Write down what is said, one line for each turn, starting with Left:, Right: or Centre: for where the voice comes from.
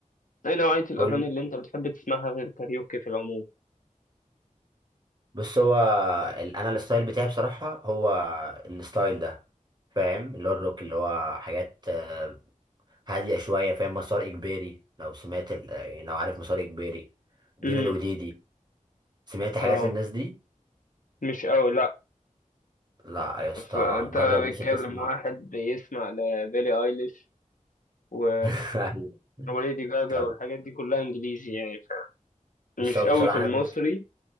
Left: ايه نوعية الاغاني
Right: قول لي.
Left: اللي انت بتحب تسمعها غير كاريوكي في العموم؟
Right: بص هو ال- انا الستايل بتاعي بصراحة هو الستايل ده فاهم اللي هو الروك اللي هو حاجات آه، هادية شوية فاهم مسار اجباري لو سمعت ال- يعني لو عارف مسار اجباري دينا
Left: امم
Right: الوديدي سمعت حاجات
Left: اه
Right: للناس دي
Left: مش قوي لا
Right: لا يا اسطى
Left: بس انت
Right: جرب
Left: بتكلم
Right: لسه تسمع
Left: واحد بيسمع لبيلي ايليش و...
Right: <laughs> ايوه
Left: وليدي جاجا
Right: طب
Left: والحاجات دي كلها انجليزي يعني ف...
Right: بس
Left: مش
Right: هو
Left: قوي
Right: بصراحه
Left: في المصري
Right: انا بموت